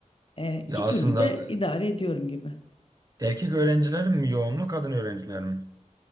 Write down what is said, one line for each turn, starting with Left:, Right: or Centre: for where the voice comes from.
Left: e, iki
Right: Ya aslında
Left: türlü de idare ediyorum gibi.
Right: e, erkek öğrenciler mi yoğunluk, kadın öğrenciler mi?